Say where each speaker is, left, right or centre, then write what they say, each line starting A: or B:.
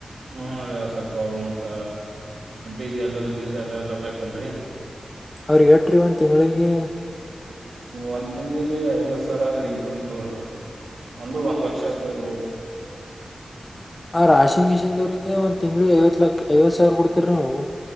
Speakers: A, on the right; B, on the left.
A: ಹ್ಮ ರೀ ಸ್ವಲ್ಪವು ಮತ್ತ ಡಿಜಿ ಎಲ್ಲ ದಿವಸ ಎಲ್ಲ ಎಲ್ಲಾ ಬೇಕನ್ರರಿ.
B: ಅವ್ರ ಎಟ್ರಿ ಒಂದ ತಿಂಗಳಿಗೆ.
A: ಒಂದ್ ತಿಂಗ್ಳಿಗೆ ಐವತ್ ಸಾವ್ರ ಆದ್ರಿ ಇಬ್ಬರ <unintelligible> ಅಂದ್ರು ಒಂದ್ ಲಕ್ಷ ಆತದ್ದ್ರು.
B: ಆ ರಾಷಿಂಗ್ ಮಿಷಿನ್ ದವ್ರಿಗೆ ಒಂದ್ ತಿಂಗ್ಳು ಐವತ್ ಲಕ್ಷ ಐವತ್ ಸಾವಿರ ಕೊಡ್ತರ ನಾವು.